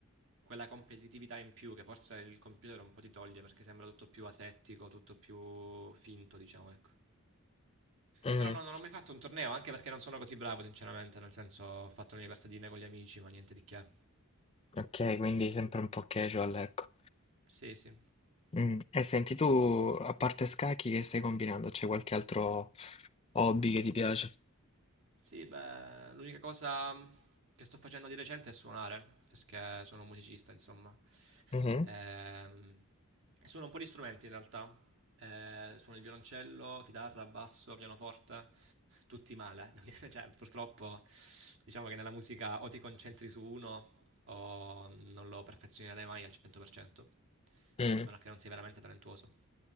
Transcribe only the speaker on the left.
Mm.
Ok, quindi sempre un po' casual, ecco.
Mm. E senti, tu a parte scacchi che stai combinando? C'è qualche altro hobby che ti piace?
Mhm.
Mm.